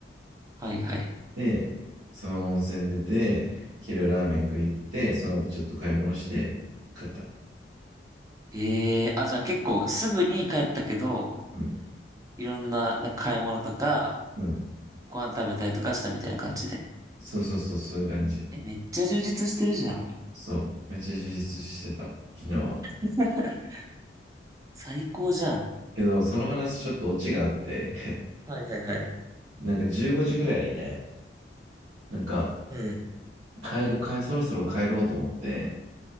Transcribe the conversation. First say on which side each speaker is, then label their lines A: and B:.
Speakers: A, on the right; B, on the right.
A: はいはい。
B: で、その温泉出て、昼ラーメン食い行って、その後ちょっと買い物して、帰った。
A: ええあ、じゃあ結構すぐに帰ったけど、
B: うん。
A: いろんな、なんか買い物とか、
B: うん。
A: ご飯食べたりとかしたみたいな感じで。
B: そうそうそう、そういう感じ。
A: え、めっちゃ充実してるじゃん。
B: そう。めっちゃ充実してた、昨日は。
A: <laughs> 最高じゃん。
B: けど、その話ちょっとオチがあって、
A: はいはいはい。
B: <laughs> なんか15時ぐらいにね、なんか
A: うん。
B: 帰る、帰、そろそろ帰ろうと思って、